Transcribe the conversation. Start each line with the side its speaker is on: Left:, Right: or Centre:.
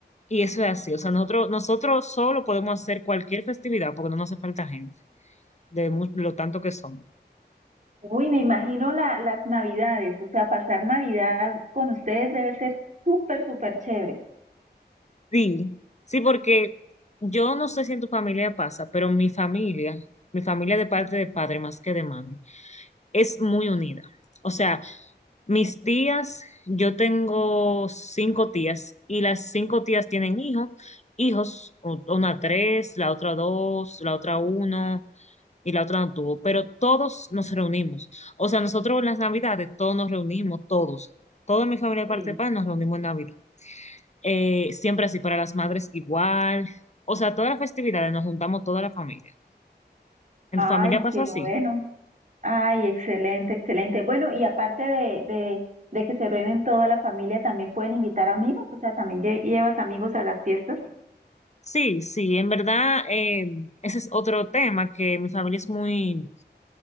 Left: y eso es así. O sea, nosotros, nosotros solo podemos hacer cualquier festividad porque no nos hace falta gente, de mu- lo tanto que somos.
Right: Uy, me imagino la, las navidades, o sea, pasar Navidad con ustedes debe ser súper, súper chévere.
Left: Sí, sí, porque yo no sé si en tu familia pasa, pero mi familia, mi familia de parte de padre más que de madre, es muy unida. O sea, Mis tías, yo tengo cinco tías y las cinco tías tienen hijos, hijos, u- una tres, la otra dos, la otra uno y la otra no tuvo, pero todos nos reunimos. O sea, nosotros en las Navidades todos nos reunimos, todos, toda mi familia de
Right: Sí.
Left: parte de padre nos reunimos en Navidad. Eh, siempre así para las madres igual. O sea, todas las festividades nos juntamos toda la familia. ¿En
Right: Ay,
Left: tu familia pasa
Right: qué
Left: así?
Right: bueno. Ay, excelente, excelente. Bueno, y aparte de, de, de que se reúnen toda la familia, también pueden invitar amigos, o sea, también lle- llevas amigos a las fiestas.
Left: Sí, sí, en verdad, eh, ese es otro tema que mi familia es muy,